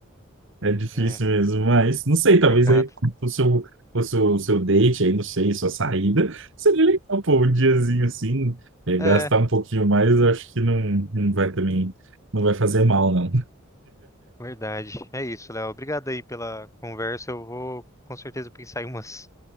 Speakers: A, on the right; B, on the left.
A: É difícil
B: né?
A: mesmo, mas não sei,
B: Complicado.
A: talvez aí o seu, o seu, o seu date aí, não sei, sua saída, seria legal, pô, um diazinho assim, é,
B: É,
A: gastar um pouquinho mais, eu acho que não, não vai também, não vai fazer mal, não.
B: verdade. É isso, Léo. Obrigado aí pela conversa. Eu vou com certeza pensar em umas